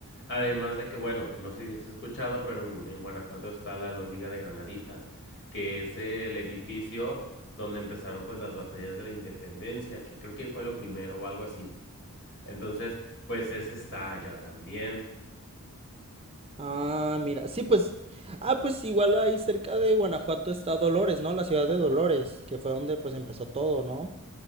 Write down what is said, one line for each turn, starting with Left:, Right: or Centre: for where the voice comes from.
Left: Además de que, bueno, no sé si has escuchado, pero en, en Guanajuato está la Alhóndiga de Granaditas, que es el edificio donde empezaron pues las batallas de la independencia, que creo que fue lo primero o algo así. Entonces, pues ese está allá también.
Right: Ah, mira, sí, pues, ah, pues igual ahí cerca de Guanajuato está Dolores, ¿no? La ciudad de Dolores, que fue donde pues empezó todo, ¿no?